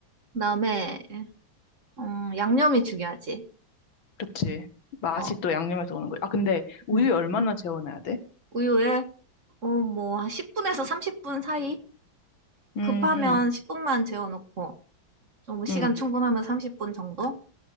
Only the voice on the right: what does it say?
그다음에 음, 양념이 중요하지.
어,
음.
우유에 어, 뭐 10분에서 30분 사이
급하면
10분만 재워놓고 어, 뭐 시간
충분하면 30분 정도?